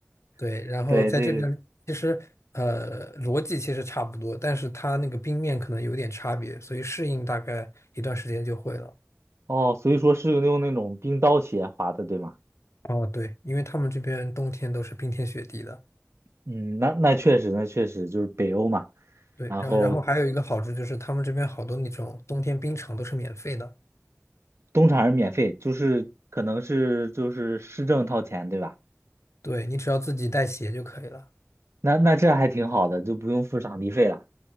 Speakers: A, on the left; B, on the right.
A: 对，
B: <laughs>
A: 然后在这边其实呃逻辑其实差不多，
B: 对，这个
A: 但是它那个冰面可能有点差别，所以适应大概一段时间就会了。
B: 哦，所以说是用那种冰刀鞋滑的，对吗？
A: 哦，对，因为他们这边冬天都是冰天雪地的，
B: 嗯，那那确实，那确实就是北欧嘛。
A: 对，
B: 然后
A: 然后然后还有一个好处就是他们这边好多那种冬天冰场都是免费的，
B: 东厂是免费，就是可能是就是市政掏钱，对吧？
A: 对，你只要自己带鞋就可以了。
B: 那那这还挺好的，就不用付场地费了。